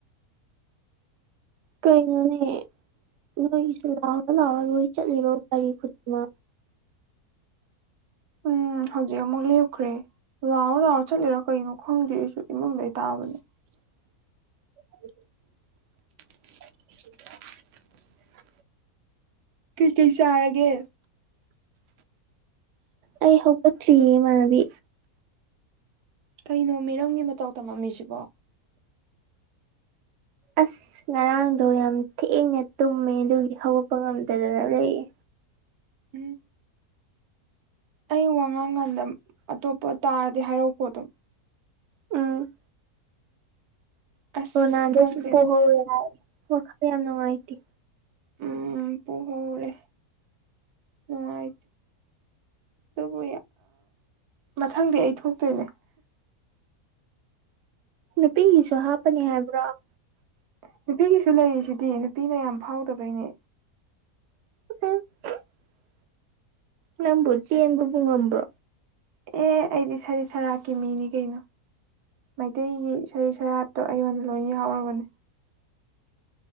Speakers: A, on the right; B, on the right.
A: ꯀꯩꯅꫭꯅꯦ ꯅꯣꯏꯒꯤꯁꯤ ꯂꯥꯎꯑꯣ ꯂꯥꯛꯑꯣ ꯅꯣꯏ ꯆꯠꯂꯤꯔꯣ ꯒꯥꯔꯤ ꯈꯨꯗꯤꯅ
B: ꯎꯝ ꯍꯧꯖꯤꯛ ꯑꯃꯨꯛ ꯂꯦꯞꯈ꯭ꯔꯦ ꯂꯥꯎꯔ ꯂꯥꯎꯔ ꯆꯠꯂꯤꯔꯣ ꯀꯩꯅꯣ ꯈꯪꯗꯦ ꯑꯩꯁꯨ ꯏꯃꯨꯡꯗ ꯇꯥꯕꯅꯦ
A: <inaudible> <unintelligible>
B: ꯀꯩꯀꯩ ꯆꯥꯔꯒꯦ
A: ꯑꯩ ꯍꯧꯒ ꯊ꯭ꯔꯤꯌꯦ ꯃꯥꯕꯤ
B: ꯀꯩꯅꯣ ꯃꯤꯔꯝꯒꯤ ꯃꯇꯧ ꯇꯝꯃꯝꯃꯤꯁꯤꯕꯣ
A: ꯑꯁ ꯉꯔꯥꯡꯗꯣ ꯌꯥꯝ ꯊꯦꯡꯅ ꯇꯨꯝꯃꯦ ꯑꯗꯨꯒꯤ ꯍꯧꯒꯠꯄ ꯉꯝꯗꯗꯅ ꯂꯩꯌꯦ
B: ꯎꯝ ꯑꯩ ꯋꯥꯉꯥꯡꯈꯥꯟꯗ ꯑꯇꯣꯞꯄ ꯇꯥꯔꯗꯤ ꯍꯥꯏꯔꯛꯄꯣ ꯑꯗꯨꯝ
A: ꯎꯝ
B: ꯑꯁ
A: ꯔꯣꯅꯥꯜꯗꯣꯁꯨ
B: ꯈꯪꯗꯦꯗ
A: ꯄꯍꯧꯋꯦ ꯍꯥꯏ ꯋꯥꯈꯜ ꯌꯥꯝ ꯅꯨꯡꯉꯥꯏꯇꯦ
B: ꯎꯝ ꯄꯍꯣꯔꯦ ꯎꯥꯏ ꯑꯗꯨꯕꯨ ꯃꯊꯪꯗꯤ ꯑꯩ ꯊꯣꯛꯇꯣꯏꯅꯦ
A: ꯅꯨꯄꯤꯒꯤꯁꯨ ꯍꯥꯞꯄꯅꯤ ꯍꯥꯏꯕ꯭ꯔꯣ
B: ꯅꯨꯄꯤꯒꯤꯁꯨ ꯂꯩꯔꯤꯁꯤꯗꯤ ꯅꯨꯄꯤꯅ ꯌꯥꯝ ꯐꯥꯎꯗꯕꯩꯅꯦ
A: <unintelligible> ꯅꯪꯕꯣ ꯆꯦꯟꯕꯕꯨ ꯉꯝꯕ꯭ꯔꯣ
B: ꯑꯦ ꯑꯩꯗꯤ ꯁꯔꯤꯠ ꯁꯔꯥꯛꯀꯤ ꯃꯤꯅꯤ ꯀꯩꯅꯣ ꯃꯩꯇꯩꯒꯤ ꯁꯔꯤꯠ ꯁꯦꯔꯥꯠꯇꯣ ꯑꯩꯉꯣꯟꯗ ꯂꯣꯏ ꯌꯥꯎꯨꯔꯕꯅꯦ